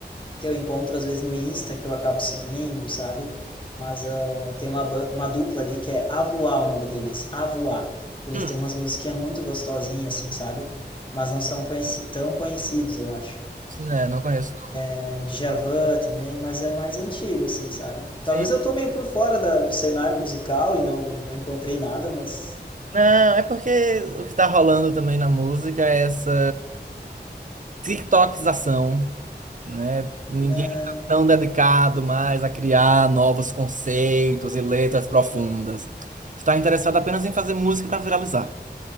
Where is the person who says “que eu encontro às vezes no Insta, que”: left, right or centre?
Left